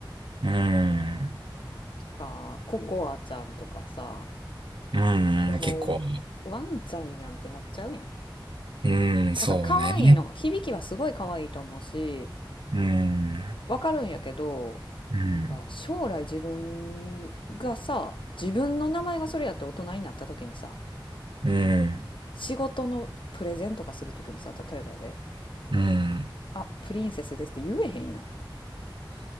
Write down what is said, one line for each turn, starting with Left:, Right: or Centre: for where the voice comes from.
Right: うん。
Left: とか、ココアちゃんとかさ、
Right: う
Left: いやもう、
Right: ん。結構。
Left: ワンちゃんやんってなっちゃうやん。
Right: うん、そうね。
Left: なんか可愛いの、響きはすごい可愛いと思うし、
Right: うん。
Left: わかるんやけど、
Right: うん。
Left: なんか将来自分がさ、自分の名前がそれやって大人になった時にさ、
Right: うん。
Left: 仕事のプレゼンとかするときにさ、例えばやで、
Right: うん。
Left: あ、プリンセスですって言えへんやん。